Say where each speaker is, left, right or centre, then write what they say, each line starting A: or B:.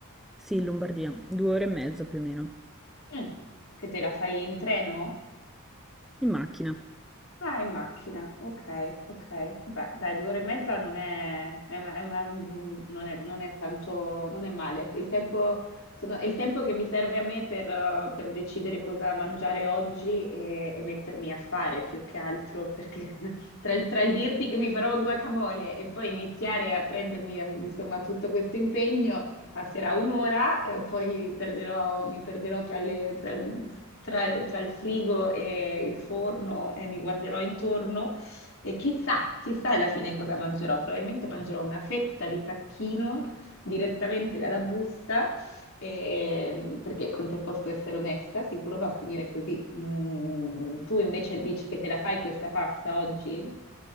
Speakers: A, in the centre; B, on the left (about 60°).
A: sì, in Lombardia, due ore e mezza più o meno,
B: Mm. Che te la fai in treno?
A: in macchina.
B: Ah, in macchina, ok, ok. Beh, dai, due ore e mezza non è, è una- è una- non è- non è tanto, non è male. Il tempo, sono- è il tempo che mi serve a me per, eh, per decidere cosa mangiare oggi e, e mettermi a fare più che altro, perché <laughs> tra, il tra il dirti che mi farò il guacamole e poi iniziare a prendermi, eh, insomma, tutto questo impegno, passerà un'ora e poi perderò- mi perderò tra le- tra il tra- tra il frigo e il forno e mi guarderò intorno e chissà, chissà alla fine cosa mangerò. Probabilmente mangerò una fetta di tacchino direttamente dalla busta, e- perché con te posso essere onesta, sicuro va a finire così. Mm, tu invece dici che te la fai questa pasta oggi?